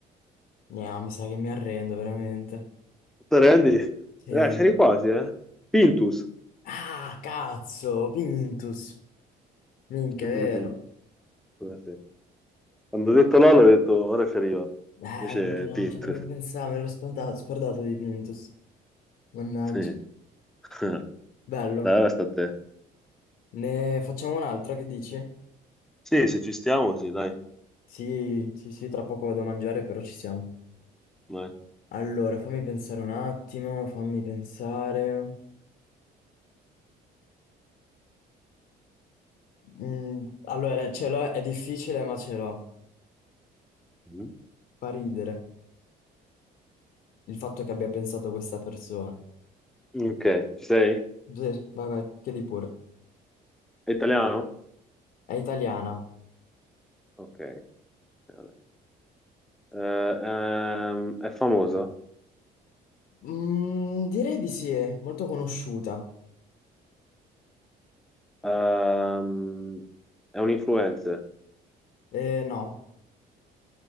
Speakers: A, on the left; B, in the centre.
A: no, mi sa che mi arrendo veramente.
B: Te rendi?
A: Sì.
B: Eh, c'eri quasi, eh. Pintus.
A: Ah, cazzo! Pintus! Minchia,
B: <laughs>
A: è vero.
B: Eh, sì. Quando ho detto Lolo, ho detto ora ci arriva.
A: Eh,
B: Invece
A: minchia,
B: è
A: no,
B: Pintus.
A: non ci avrei pensato, me l'ho scordato, scordato di Pintus. Mannaggia.
B: Sì. <laughs>
A: Bello.
B: Dai, ora sta a te.
A: Ne facciamo un altro, che dici?
B: Sì, se ci stiamo, sì, dai.
A: Sì, sì, sì, tra poco vado a mangiare, però ci siamo.
B: Vai.
A: Allora, fammi pensare un attimo, fammi pensare. Mm, allora, ce l'ho, è difficile, ma ce l'ho.
B: Mhm.
A: Fa ridere il fatto che abbia pensato questa persona.
B: Ok, ci sei?
A: Sì, vai, vai, chiedi pure.
B: È italiano?
A: È italiana.
B: Ok. Vabbè. Eh, ehm, è famosa.
A: Mm, direi di sì, è molto conosciuta.
B: Ehm, è un influencer.
A: Eh, no,